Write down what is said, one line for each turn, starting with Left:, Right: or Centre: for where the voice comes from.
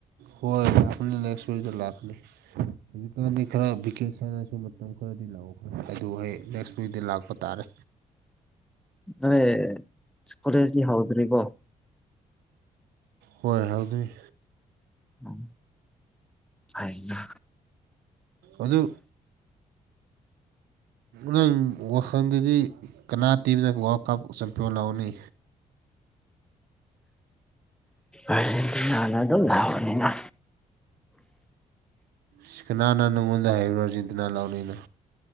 Right: ꯍꯣꯏ ꯂꯥꯛꯀꯅꯤ ꯅꯦꯛꯁ ꯋꯤꯛꯇ ꯂꯥꯛꯀꯅꯤ꯫ ꯍꯧꯖꯤꯛꯀꯥꯟꯗꯤ ꯈꯔ ꯚꯀꯦꯁꯅꯁꯨ ꯃꯇꯝ ꯈꯔꯗꯤ ꯂꯑꯣ꯫ ꯑꯗꯨ ꯍꯦꯛ ꯅꯦꯛꯁ ꯋꯤꯛꯗ ꯂꯥꯛꯄ ꯇꯥꯔꯦ꯫
Centre: ꯅꯦ ꯀꯣꯂꯦꯖꯗꯤ ꯍꯧꯗ꯭ꯔꯤꯕꯣ꯫
Right: ꯍꯣꯏ ꯍꯧꯗꯔꯤ꯫
Centre: ꯎꯝ ꯍꯥꯏꯅ꯫
Right: ꯑꯗꯨ ꯅꯪ ꯋꯥꯈꯜꯗꯗꯤ꯫ ꯀꯅꯥꯇꯤꯝꯅ ꯋꯥꯛ ꯀꯥꯞ ꯆꯝꯄꯌꯣ ꯂꯧꯎꯅꯤ꯫
Centre: ꯑꯔꯖꯦꯟꯇꯅꯥ ꯑꯗꯨꯝ ꯂꯧꯅꯤꯅ꯫
Right: ꯁꯤ ꯀꯅꯥꯅ ꯅꯪꯉꯣꯟꯗ ꯍꯩꯕ꯭ꯔꯣ ꯑꯔꯖꯦꯟꯇꯤꯟꯇ ꯂꯧꯅꯤꯅ꯫